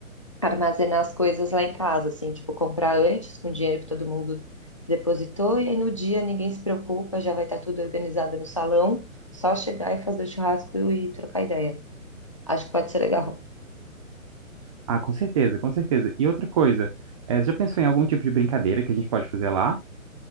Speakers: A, on the left (about 25°); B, on the right (about 25°).
A: armazenar as coisas lá em casa, assim, tipo, comprar antes com o dinheiro que todo mundo depositou, e aí no dia ninguém se preocupa, já vai estar tudo organizado no salão, só chegar e fazer o churrasco e trocar ideia. Acho que pode ser legal.
B: Ah, com certeza, com certeza. E outra coisa, eh, já pensou em algum tipo de brincadeira que a gente pode fazer lá?